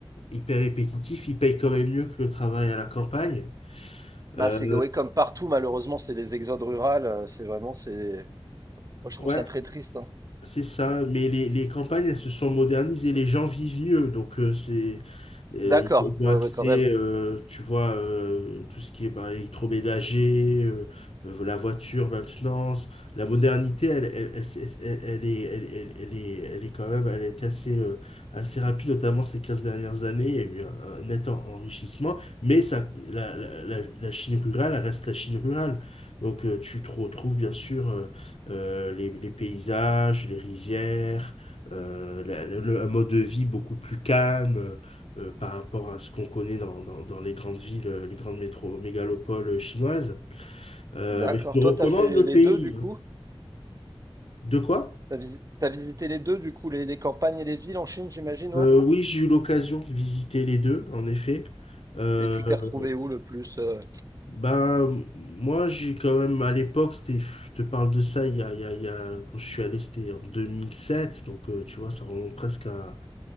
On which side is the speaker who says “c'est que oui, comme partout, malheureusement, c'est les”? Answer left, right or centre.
Right